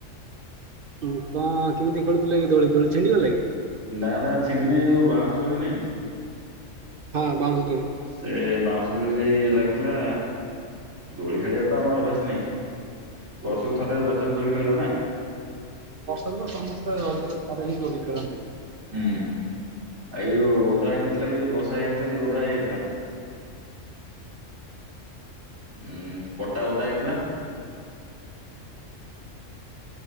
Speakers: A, on the right; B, on the right.
A: ହଁ କଣ କେମିତି ଖେଳୁଥିଲେ କି ଦୋଳି ଦୋଳି ଛିଣ୍ଡିଗଲା କି
B: ନା ନା ଛିଣ୍ଡି ନାହିଁ ଯୋଉ ବାଉଁଶ ଦୋଳି ନାହିଁ
A: ହଁ ବାଉଁଶତରୀ
B: ସେ ବାଉଁଶ ଦୋଳି ଲାଗିଥିଲା ଦୋଳି ଖେଳିବାର ତ ଆମର ଅଭ୍ୟାସ ନାହିଁ ବର୍ଷକୁ ଥରେ ରଜରେ ଦୋଳି ଖେଳିବ ନା
A: ବର୍ଷା ଦ ତ ସମସ୍ୟାଜ ହିଁ ପରୀକ୍ଷାନ୍ତି
B: ହୁଁ ଆଉ ଏଇ ଯୋଉ ଓଦା ହେଇନଥିଲା କି ଯୋଉ ବର୍ଷା ହେଇଯାଇଥିଲା ଟିକେ ଓଦା ହେଇଯାଇଥିଲା ଉଁ ପଟା ଓଦା ହେଇଥିଲା